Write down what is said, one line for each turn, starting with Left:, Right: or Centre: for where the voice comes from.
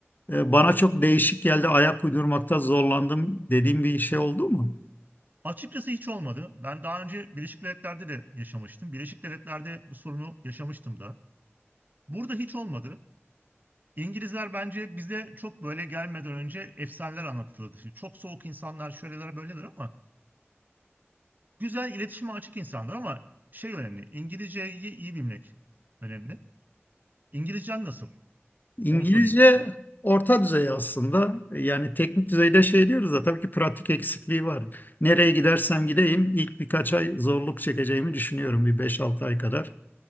Left: e, bana çok değişik geldi ayak uydurmakta zorlandım dediğim bir şey oldu mu?
Right: Açıkçası hiç olmadı. Ben daha önce Birleşik Devletler'de de yaşamıştım. Birleşik Devletler'de bu sorunu yaşamıştım da. Burada hiç olmadı. İngilizler bence bize çok böyle gelmeden önce efsaneler anlatılırdı. Şimdi çok soğuk insanlar şöyleler böyleler ama güzel iletişime açık insanlar ama şey önemli. İngilizceyi iyi bilmek önemli. İngilizcen nasıl?
Left: İngilizce
Right: Onu sorayım.
Left: orta düzey aslında. Yani teknik düzeyde şey diyoruz da tabii ki pratik eksikliği var. Nereye gidersem gideyim ilk birkaç ay zorluk çekeceğimi düşünüyorum bir beş altı ay kadar.